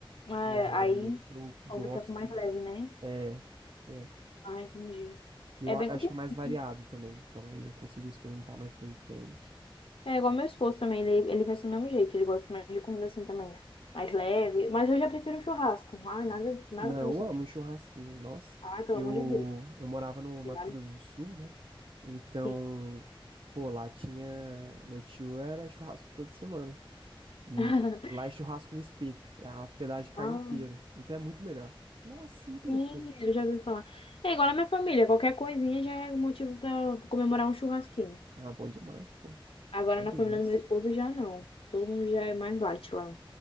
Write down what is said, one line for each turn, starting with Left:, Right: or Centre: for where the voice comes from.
Left: É,
Right: É,
Left: aí
Right: eu meio que eu gosto.
Left: opta por mais leve, né?
Right: É. É.
Left: Ah, entendi.
Right: E eu
Left: É
Right: a-
Left: bem
Right: acho
Left: complicado.
Right: que é mais variado
Left: né?
Right: também. Então aí eu consigo experimentar mais coisas diferentes.
Left: É, é igual meu esposo também, ele, ele pensa do mesmo jeito, ele gosta mais de comida assim também, mais leve, mas eu já prefiro um churrasco. Ai, nada, nada
Right: Não,
Left: pra mim, sub-
Right: eu amo um churrasquinho. Nossa,
Left: ai, pelo
Right: eu,
Left: amor de Deus.
Right: eu morava no Mato
Left: Diário?
Right: Grosso do Sul, né? Então,
Left: Sim.
Right: pô, lá tinha. Meu tio era churrasco toda semana. E
Left: <laughs>
Right: lá é churrasco no espeto. É a pedaço de carne
Left: Ah,
Right: inteiro. Então é muito melhor. Nossa, muito
Left: sim,
Right: gostoso.
Left: eu já ouvi falar. É igual na minha família, qualquer coisinha já é motivo pra comemorar um churrasquinho.
Right: Ah, bom demais, pô.
Left: Agora
Right: Uma
Left: na
Right: delícia.
Left: família do meu esposo já não. Todo mundo já é mais light lá.